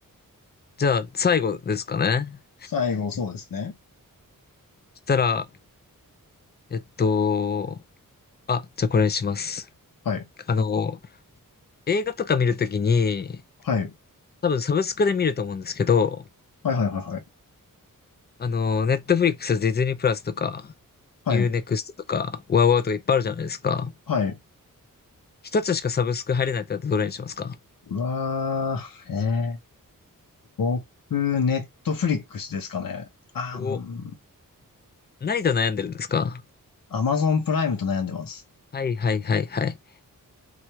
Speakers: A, on the left; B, on the left.
A: じゃあ最後ですかね。
B: 最後、そうですね。
A: したら、えっと、あ、じゃあこれにします。
B: はい。
A: あの、映画とか見るときに、
B: はい。
A: 多分サブスクで見ると思うんですけど、
B: はいはいはいはい。
A: あの、ネットフリックス、ディズニープラスとか、
B: はい。
A: ユーネクストとか、ワウワウとかいっぱいあるじゃないですか。
B: はい。
A: 一つしかサブスク入れないってなったらどれにしますか
B: うわー、えー、僕、ネットフリックスですかね。あー、
A: お
B: うん。
A: 何と悩んでるんですか
B: アマゾンプライムと悩んでます。
A: はいはいはいはい。